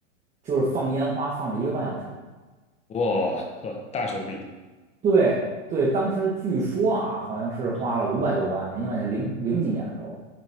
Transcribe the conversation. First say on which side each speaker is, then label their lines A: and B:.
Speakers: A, on the right; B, on the left.
A: 就是放烟花放了一个半小时。
B: 哇呵，大手笔，
A: 对对，当时据说啊，好像是花了五百多万，
B: 嗯
A: 因为零零几年的时候，